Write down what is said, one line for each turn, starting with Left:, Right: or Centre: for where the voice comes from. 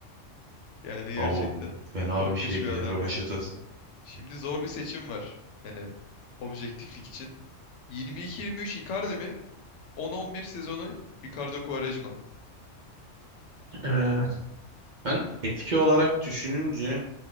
Left: Yani gerçekten
Right: Ama fena
Left: korkunç
Right: bir şeydi
Left: bir adam
Right: ya rövaşatası.
Left: ya. Şimdi zor bir seçim var. Yani objektiflik için. Yirmi iki, yirmi üç Icardi mi? On on bir sezonu Ricardo Quaresma mı?
Right: Evet. Ben etki olarak düşününce